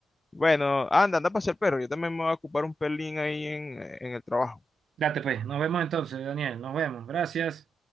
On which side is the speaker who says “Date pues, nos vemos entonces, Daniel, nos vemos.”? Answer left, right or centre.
Right